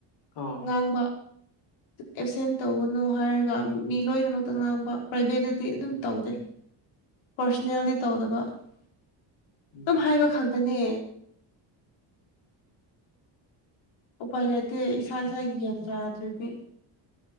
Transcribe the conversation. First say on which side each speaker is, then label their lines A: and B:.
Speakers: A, on the left; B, on the left.
A: ꯑꯣ
B: ꯉꯥꯡꯕ
A: <inaudible>
B: ꯑꯦꯞꯁꯦꯟ ꯇꯧꯒꯅꯨ ꯍꯥꯏꯔꯒ ꯃꯤ ꯂꯣꯏꯅꯃꯛꯇ ꯉꯥꯡꯕ ꯄ꯭ꯔꯥꯏꯚꯦꯠꯇꯗꯤ ꯑꯗꯨꯝ ꯇꯧꯗꯦ ꯄꯥꯔꯁꯣꯅꯦꯜꯗꯤ ꯇꯧꯗꯕ ꯑꯗꯨꯝ
A: ꯎꯝ
B: ꯍꯥꯏꯕ ꯈꯛꯇꯅꯦ ꯎꯄꯥꯏ ꯂꯩꯇꯦ ꯏꯁꯥ ꯏꯁꯥꯒꯤ ꯒ꯭ꯌꯥꯟ ꯇꯥꯗ꯭ꯔꯗꯤ